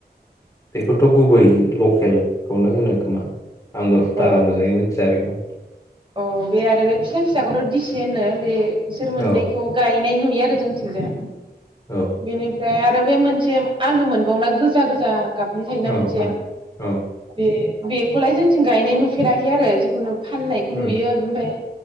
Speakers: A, on the left; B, on the right.
A: बेखौथ' गुबै लकेलखौनो होनो खोमा। आंबो
B: अ
A: बारा मोजाङै मिथिया बेखौ।
B: अ बे आरो बे फिसा फिसाखौथ' दिसि होननो बे बिसोर मोननैखौ
A: औ
B: गाय नाय नुयो आरो जोंनिथि जाय।
A: औ
B: बेनिफ्राय आरो आरो बे मोनसे आलु मोनबावोना गोजा गोजा गाबनि थायोना
A: औ
B: मोनसे
A: औ औ
B: बे बेखौलाय जोंथिं गायनाय नुफेराखै आरो जिखुनु फान खौ
A: उम
B: नुयो ओमफाय